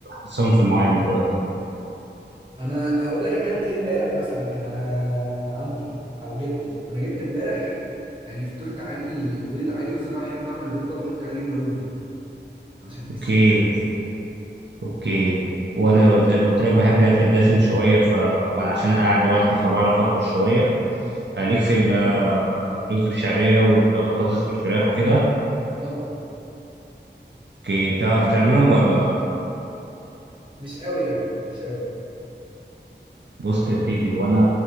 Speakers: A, on the right; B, on the right.
A: صنف معين دلوقتي
B: انا هقول لك انا اكلت ايه امبارح مثلا كان انا عندي او جبته انا جبت امبارح يعني فطرت عادي بيض عادي بس انا بحب اعمل البيض بقى بحط عليه جبنة رومي عشان يسيح
A: اوكي اوكي وانا
B: بس
A: زي ما قلت لك بحب الاكل الدسم شويه ف وانا عشان قاعد لوحدي فبعرف اطبخ شويه ليك في الرز بشعريه والبطاطس بالفراخ وكده
B: طبعا
A: اوكي بتعرف تعملهم ولا
B: مش قوي يعني مش قوي
A: بص يا سيدي وانا